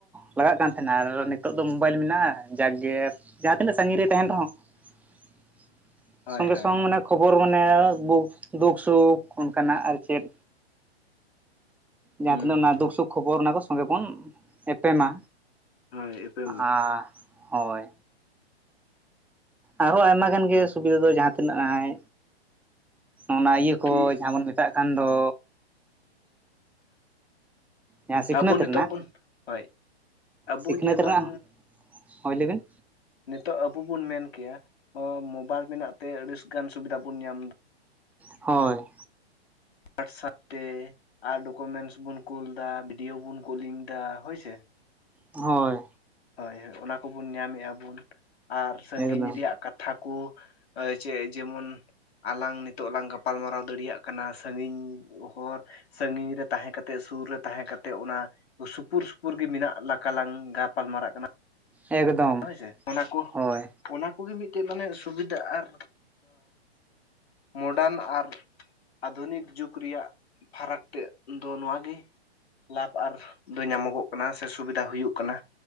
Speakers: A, in the centre; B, on the left.
A: ᱵᱟᱲᱟᱜ ᱠᱟᱱ ᱛᱟᱦᱮᱸᱱᱟ ᱟᱨ ᱱᱤᱛᱚᱜ ᱫᱚ ᱢᱳᱵᱟᱭᱤᱞ ᱢᱮᱱᱟᱜᱼᱟ᱾ ᱡᱟᱠᱜᱮ ᱡᱟᱦᱟᱸ ᱛᱤᱱᱟᱹᱜ ᱥᱟᱹᱜᱤᱧ ᱨᱮᱭ ᱛᱟᱦᱮᱸᱱ ᱨᱮᱦᱚᱸ <unintelligible>
B: ᱦᱳᱭ
A: <inaudible> ᱥᱚᱝᱜᱮ
B: ᱦᱳᱭ
A: ᱥᱚᱝ ᱢᱟᱱᱮ ᱠᱷᱚᱵᱚᱨ ᱢᱟᱱᱮ ᱫᱩᱠ ᱥᱩᱠ ᱚᱝᱠᱟᱱᱟᱜ ᱟᱨ ᱪᱮᱫ? ᱡᱟᱦᱟᱸ
B: ᱦᱩᱸ
A: ᱛᱤᱱᱟᱹᱜ
B: ᱦᱩᱸ
A: ᱚᱱᱟ ᱫᱩᱠ
B: ᱦᱩᱸ
A: ᱥᱩᱠ ᱠᱷᱚᱵᱚᱨ ᱚᱱᱟ ᱫᱚ ᱥᱚᱸᱜᱮ ᱵᱚᱱ ᱮᱯᱮᱢᱟ᱾
B: ᱦᱳᱭ ᱮᱯᱮᱢ ᱢᱟ
A: ᱟ ᱦᱚᱭ ᱟᱨᱦᱚᱸ ᱟᱭᱢᱟ
B: ᱦᱳᱭ
A: ᱜᱟᱱ ᱜᱮ ᱥᱩᱵᱤᱫᱟ ᱫᱚ ᱡᱟᱦᱟᱸ ᱛᱤᱱᱟᱹᱜ ᱟᱭ ᱚᱱᱟ ᱤᱭᱟᱹ ᱠᱚ
B: ᱠᱤ
A: ᱡᱟᱦᱟᱸ ᱵᱚᱱ ᱢᱮᱛᱟᱜ ᱠᱟᱱ ᱫᱚ᱾ ᱡᱟᱦᱟᱸ ᱥᱤᱠᱷᱱᱟᱹᱛ
B: ᱟᱵᱚ ᱱᱤᱛᱚᱜ
A: ᱨᱮᱱᱟᱜ,
B: ᱵᱚᱱ ᱦᱳᱭ ᱟᱵᱚ
A: ᱥᱤᱠᱷᱱᱟᱹᱛ
B: ᱡᱮᱢᱚᱱ
A: ᱨᱮᱱᱟᱜ ᱦᱳᱭ ᱞᱟᱹᱭᱵᱤᱱ᱾
B: ᱱᱤᱛᱚᱜ ᱟᱵᱩ ᱵᱚᱱ ᱢᱮᱱ ᱠᱮᱭᱟ ᱢᱳᱵᱟᱭᱤᱞ ᱢᱮᱱᱟᱜ ᱛᱮ ᱟᱹᱰᱤᱥ ᱜᱟᱱ ᱥᱩᱵᱤᱫᱟ ᱵᱚᱱ ᱧᱟᱢ ᱫᱟ᱾
A: ᱦᱳᱭ
B: ᱦᱳᱭᱟᱴᱥᱟᱯ ᱛᱮ ᱟᱨ ᱰᱚᱠᱚᱢᱮᱱᱥ ᱵᱚᱱ ᱠᱩᱞ ᱫᱟ, ᱵᱷᱤᱰᱤᱭᱳ ᱵᱚᱱ ᱠᱚᱞᱤᱝ ᱫᱟ ᱦᱳᱭᱥᱮ᱾
A: ᱦᱳᱭ
B: ᱦᱳᱭ ᱦᱳᱭ ᱚᱱᱟ ᱠᱚᱵᱚᱱ ᱧᱟᱢᱮᱜ ᱟᱵᱩᱱ ᱟᱨ ᱥᱟᱹᱜᱤᱧ
A: ᱮᱠᱫᱚᱢ
B: ᱨᱮᱭᱟᱜ ᱠᱟᱛᱷᱟ ᱠᱩ ᱡᱮ ᱡᱮᱢᱩᱱ ᱟᱞᱟᱝ ᱱᱤᱛᱚᱜ ᱞᱟᱝ ᱜᱟᱯᱟᱞᱢᱟᱨᱟᱣ ᱫᱟᱲᱮᱭᱟᱜ ᱠᱟᱱᱟ ᱥᱟᱹᱜᱤᱧ ᱦᱚᱨ ᱥᱟᱹᱜᱤᱧ ᱨᱮ ᱛᱟᱦᱮᱸ ᱠᱟᱛᱮ, ᱥᱩᱨ ᱨᱮ ᱛᱟᱦᱮᱸ ᱠᱟᱛᱮ, ᱚᱱᱟ ᱥᱩᱯᱩᱨ ᱥᱩᱯᱩᱨ ᱜᱮ ᱢᱮᱱᱟᱜ ᱞᱟᱠᱟᱞᱟᱝ ᱯᱟᱞᱢᱟᱨᱟᱜ ᱠᱟᱱᱟ᱾
A: ᱮᱠᱫᱚᱢ
B: ᱦᱳᱭᱥᱮ ᱚᱱᱟ ᱠᱩ
A: ᱦᱳᱭ
B: ᱚᱱᱟ ᱠᱩᱜᱮ ᱢᱤᱜᱴᱮᱡ ᱢᱟᱱᱮ ᱥᱩᱵᱤᱫᱟ ᱟᱨ ᱢᱳᱰᱟᱱ ᱟᱨ ᱟᱫᱷᱩᱱᱤᱠ ᱡᱩᱜᱽ ᱨᱮᱭᱟᱜ ᱯᱷᱟᱨᱟᱠ ᱛᱮᱜ ᱫᱚ ᱱᱚᱣᱟ ᱜᱤ ᱞᱟᱯᱷ ᱟᱨ ᱫᱚ ᱧᱟᱢᱚᱜᱚᱜ ᱠᱟᱱᱟ ᱥᱮ ᱥᱩᱵᱤᱫᱟ ᱦᱩᱭᱩᱜ ᱠᱟᱱᱟ᱾